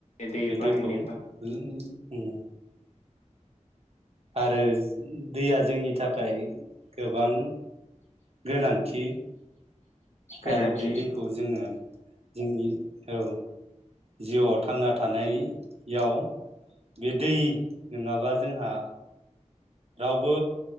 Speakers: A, on the left (about 65°); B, on the right (about 55°).
A: दै
B: बे
A: बाहायनायबा
B: दैखौ <unintelligible> ओम। आरो दैया जोंनि थाखाय-' गोबां गोनांथि।
A: गोनांथि
B: आरो बे दैखौ जोंङो जोंनि औ जिउआव थांना थानायाव बे दै नोंङाबा जोंहा रावबो